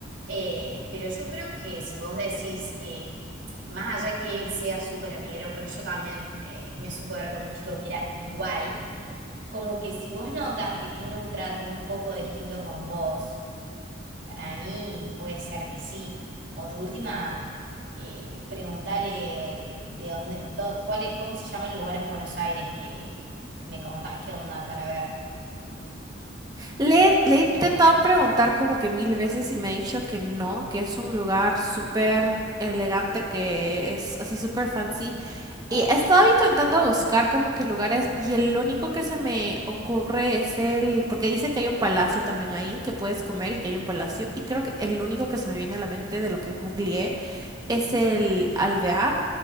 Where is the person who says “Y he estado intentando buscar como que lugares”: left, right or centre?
Right